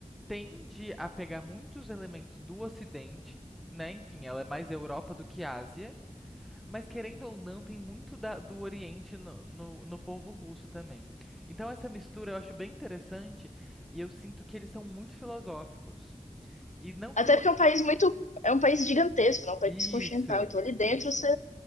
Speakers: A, in the centre; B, on the left.
A: tende a pegar muitos elementos do Ocidente, né? Enfim, ela é mais Europa do que Ásia, mas querendo ou não, tem muito da- do Oriente no, no, no povo russo também. Então essa mistura eu acho bem interessante e eu sinto que eles são muito filosóficos. E não filo...
B: Até porque é um país muito. É um país gigantesco, não? É um país
A: Isso!
B: continental. Então, ali dentro, você